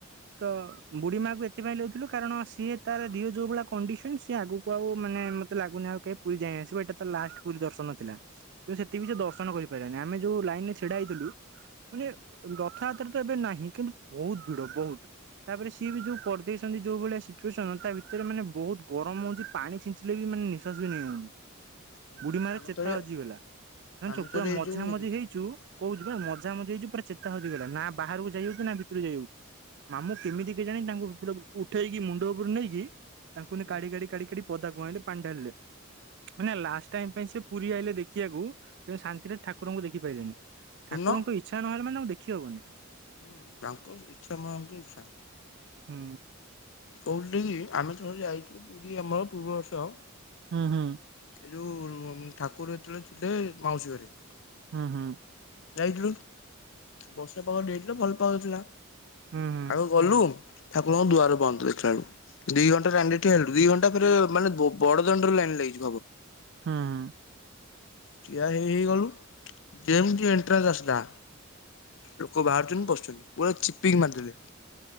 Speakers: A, on the right; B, on the left.
A: <unintelligible> ବୁଢୀ ମାକୁ ଏଥିପାଇଁ <unintelligible> ଥିଲୁ କାରଣ ସିଏ ତାର ଦିହ ଯୋଉ ଭଳିଆ କଣ୍ଡିସନ୍ ସିଏ ଆଗୁକୁ ଆଉ ମାନେ ମତେ ଲାଗୁନି ଆଉ କେ ପୁରୀ ଯାଏଁ ଆସିବ ଏଟା ତାର ଲାଷ୍ଟ ପୁରୀ ଦର୍ଶନ ଥିଲା। ସିଏ ସେତିକି ବି ସିଏ ଦର୍ଶନ କରିପାଇଲାନି ଆମେ ଯୋଉ ଲାଇନ ରେ ଛିଡା ହେଇଥିଲୁ। ମାନେ
B: ହୁଁ
A: ରଥଯାତ୍ରା ତ ଏବେ ନାହିଁ କିନ୍ତୁ ବୋହୁତୁ ଭିଡ ବୋହୁତୁ ତାପରେ ସିଏ ବି ଯୋଉ କରିଦେଇ ଚନ୍ତି ଯୋଉ ଭଳିଆ ସିଚୁଏସନ୍ ତା ଭିତରେ ମାନେ ବୋହୁତ ଗରମ ହୋଉଚି ପାଣି ଛିଞ୍ଚିଲେ ବି ମାନେ ନିଶ୍ଵାସ ବି ନେଇ ହୋଉନି।
B: ହୁଁ
A: ବୁଢୀ ମାର
B: ଆମେ
A: ଚେତା
B: ଥରେ
A: ହଜିଗଲା। <unintelligible>
B: ଆମେ ଥରେ
A: ମଝା
B: ଏଇ ଯୋଉ
A: ମଝି
B: ହୁଁ
A: ହେଇଚୁ କୋହୁଚି ପା ମଝା ମଝି ହେଇଚୁ ପୁରା ଚେ ତା ହଜିଗଲା ନା ବାହାରୁକୁ ଯାଇହୋଉଚି ନା ଭିତୁରୁକୁ ଯାଇହୋଉଛି ମାମୁଁ କେମିତି କେଜାଣି ତାଙ୍କୁ <unintelligible> ଉଠେଇକି ମୁଣ୍ଡ ଓପୋରୁ ନେଇକି ତାଙ୍କୁ
B: ହୁଁ
A: ନେ କାଢି କାଢି କାଢି କାଢି ପଦାକୁ ଆଇଁଲେ ପାଣି ଢାଳିଲେ। ମାନେ ଲାଷ୍ଟ ଟାଇମ ପାଇଁ ସେ ପୁରୀ ଆଇିଲେ ଦେଖିବାକୁ କିନ୍ତୁ ଶାନ୍ତିରେ ଠାକୁରଙ୍କୁ ଦେଖିପାଇଲେନି।
B: ଶୁଣୁନ
A: ଠାକୁରଙ୍କ ଇଚ୍ଛା ନହେଲେ ମାନେ ତାଙ୍କୁ ଦେଖିହବନି।
B: ହୁଁ ତାଙ୍କ ଇଚ୍ଛା <unintelligible> ଇଚ୍ଛା।
A: ହୁଁ।
B: କୋହୁଥିଲି ଆମେ ଥରେ ଯାଇଥିଲୁ ପୁରୀ ଆମର ପୂର୍ବ ବର୍ଷ
A: ହୁଁ ହୁଁ।
B: ଏ ଯୋଉ ଠାକୁର ଯେତେବେଳେ ଥିଲେ ମାଉସୀ ଘରେ।
A: ହଁ, ହଁ।
B: ଯାଇଥିଲୁ ବର୍ଷା ପାଗ ଦେଇଥିଲା ଭଲ ପାଗଥିଲା।
A: ହୁଁ ହୁଁ
B: ଆଉ ଗଲୁ ଠାକୁରଙ୍କ ଦୁଆର ବନ୍ଦ ଦେଖିଲା ବେଳୁକୁ। ଦିଇ ଘଣ୍ଟାରେ ରାଣ୍ଡିଟି ହେଲେ ଦିଇ ଘଣ୍ଟା ପରେ ମାନେ ବଡ ଦାଣ୍ଡରେ ଲାଇନ୍ ଲାଗିଛି ଭାବ।
A: ହଁ ଉଁ।
B: ଠିଆ ହେଇ ହେଇଗଲୁ ଯେମୀତ ଏଣ୍ଟ୍ରାନ୍ସ ଆସିଲା। ଲୋକ ବାହାରୁଚନି ପଶୁଛନି ପୁରା ଚିପିକି ମାରିଦେଲେ-